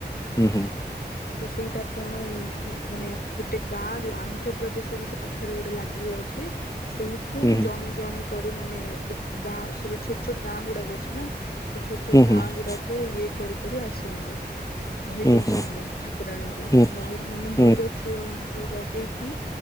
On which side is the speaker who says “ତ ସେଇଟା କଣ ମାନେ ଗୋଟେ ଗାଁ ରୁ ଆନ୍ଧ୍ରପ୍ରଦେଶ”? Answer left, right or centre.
Left